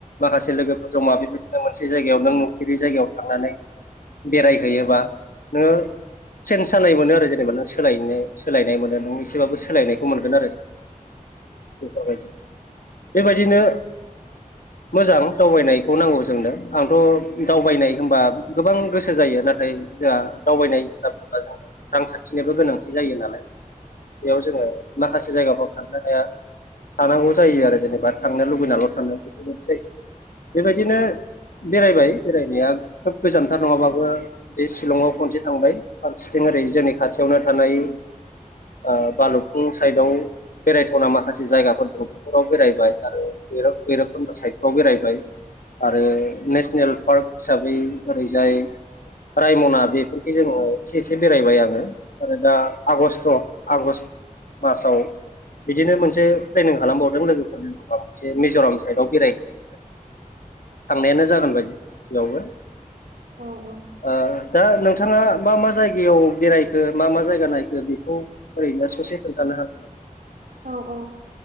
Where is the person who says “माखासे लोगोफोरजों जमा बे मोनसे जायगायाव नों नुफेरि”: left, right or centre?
Left